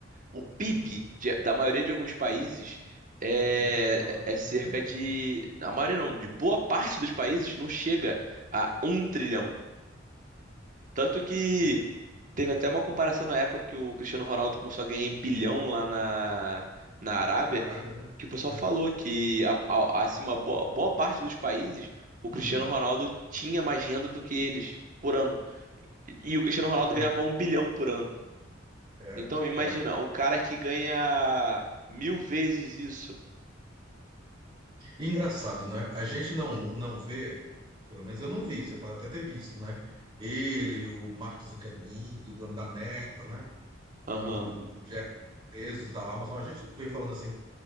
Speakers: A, on the right; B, on the right.
A: o PIB de- da maioria de alguns países é
B: Não chega lá.
A: é é cerca
B: Não chega
A: de
B: lá.
A: a maioria não, de boa parte dos países não chega a um trilhão. Tanto que
B: Pois é.
A: teve até uma comparação na época que o Cristiano Ronaldo começou a ganhar em bilhão lá na na Arábia,
B: Na Arábia, né?
A: que o pessoal
B: É.
A: falou que a, a, assim uma boa, boa parte dos países o Cristiano
B: Hum.
A: Ronaldo tinha mais renda do que eles por ano. E o Cristiano Ronaldo
B: <laughs>
A: ganhava um bilhão por ano.
B: É,
A: Então imagina,
B: é, é.
A: um cara que ganha mil vezes isso.
B: Engraçado, né? A gente não, não vê, pelo menos eu não vi, você pode até ter visto, né? Ele, o Mark Zuckerberg, dono da Meta, né? O,
A: Aham.
B: o Jeff Bezos da Amazon, a gente não vê falando assim,